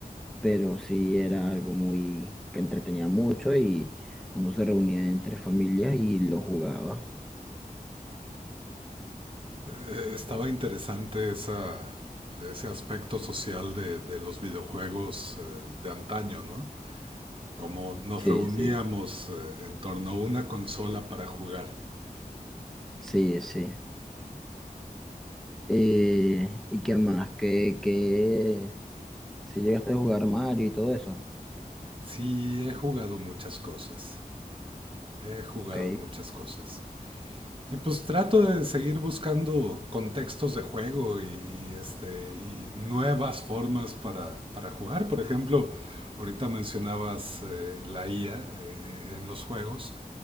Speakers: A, in the centre; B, on the right.
A: pero sí era algo muy que entretenía mucho y uno se reunía entre familias y lo jugaba.
B: Eh, estaba interesante esa, ese aspecto social de, de los videojuegos eh, de antaño, ¿no? Como nos
A: Sí,
B: reuníamos
A: sí.
B: eh, en torno a una consola para jugar.
A: Sí, sí. Eh, ¿y qué más? ¿Qué, qué? Si llegaste a jugar Mario y todo eso.
B: Sí, he jugado muchas cosas. He jugado
A: Ok,
B: muchas cosas. Y pues trato de seguir buscando contextos de juego y, y, este, y nuevas formas para, para jugar. Por ejemplo, ahorita mencionabas eh, la IA eh, en los juegos.